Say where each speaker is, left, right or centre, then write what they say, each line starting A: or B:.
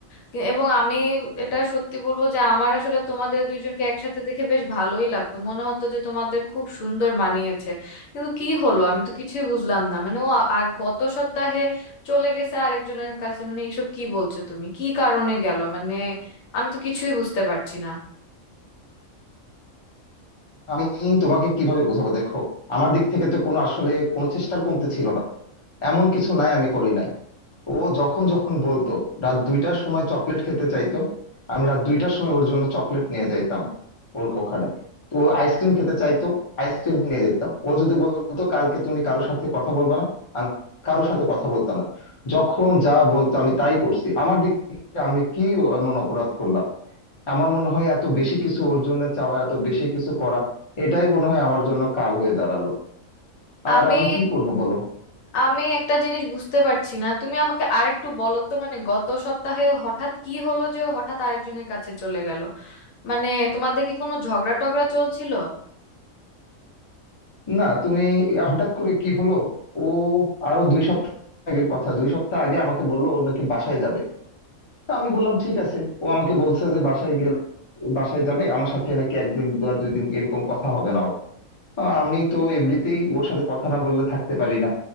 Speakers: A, on the left (about 75°); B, on the left (about 30°).
A: কি- এবং আমি এটা সত্যি বলবো যে আমার আসলে তোমাদের দুইজনকে একসাথে দেখে বেশ ভালোই লাগতো মনে হতো যে তোমাদের খুব সুন্দর মানিয়েছে কিন্তু কি হলো আমি তো কিছুই বুঝলাম না মানে ও আ- আ- গত সপ্তাহে চলে গেছে আরেকজনের কাছে মানে এইসব কি বলছো তুমি কি কারণে গেল মানে আমি তো কিছুই বুঝতে পারছি না
B: আমি তোমাকে কিভাবে বোঝাবো দেখো আমার দিক থেকে তো কোনো আসলে কোনো চেষ্টার কমতে ছিল না এমন কিছু নাই আমি করি নাই ও যখন যখন বলতো রাত দুইটার সময় চকলেট খেতে চাইতো আমি রাত দুইটার সময় ওর জন্য চকলেট নিয়ে যাইতাম ওর ওখানে তো ও আইসক্রিম খেতে চাইতো আইসক্রিম নিয়ে যেতাম ও যদি বলতো কালকে তুমি কারোর সাথে কথা বলবা না আমি কারোর সাথে কথা বলতাম না যখন যা বলতো আমি তাই করছি আমার দিক থেকে আমি কি এমন অপরাধ করলাম আমার মনে হয় এত বেশি কিছু ওর জন্য চাওয়া এত বেশি কিছু করা এটাই মনে হয় আমার জন্য কাল হয়ে দাঁড়ালো
A: আমি
B: আর আমি কি করব বলো
A: আমি একটা জিনিস বুঝতে পারছি না তুমি আমাকে আরেকটু বলো তো মানে গত সপ্তাহে ও হঠাৎ কি হলো যে ও হঠাৎ আরেকজনের কাছে চলে গেল মানে তোমাদের কি কোনো ঝগড়া টগড়া চলছিল
B: না তুমি হঠাৎ করে কি হলো ও আরো দুই সপ্তাহ আগের কথা দুই সপ্তাহ আগে আমাকে বললো ও নাকি বাসায় যাবে তো আমি বললাম ঠিক আছে ও আমাকে বলছে যে বাসায় গেলে বাসায় যাবে আমার সাথে নাকি একদিন বা দুই দিন এরকম কথা হবে না ওর। আহ, আমি তো এমনিতেই ওর সাথে কথা না বললে থাকতে পারি না